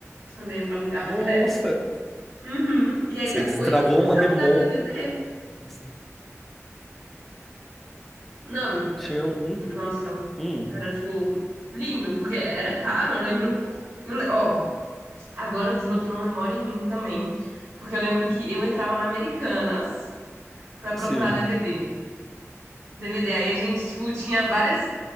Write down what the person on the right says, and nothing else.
eu lembro, alugava
direto. Uhum. E aí
depois
eu comecei
a alugar DVD.
Não,
é-
nossa,
era tipo lindo, porque era caro. Eu lembro. eu le- Ó, Agora eu desbloqueei uma memória em mim também, porque eu lembro que eu entrava na Americanas pra procurar
DVD. DVD, aí a gente, tipo, tinha várias,